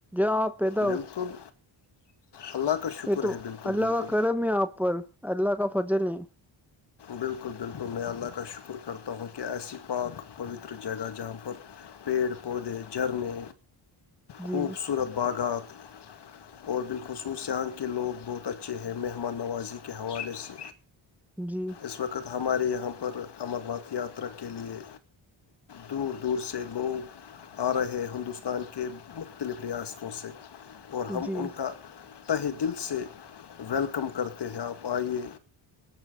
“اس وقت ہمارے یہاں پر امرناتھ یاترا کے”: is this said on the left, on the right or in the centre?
Left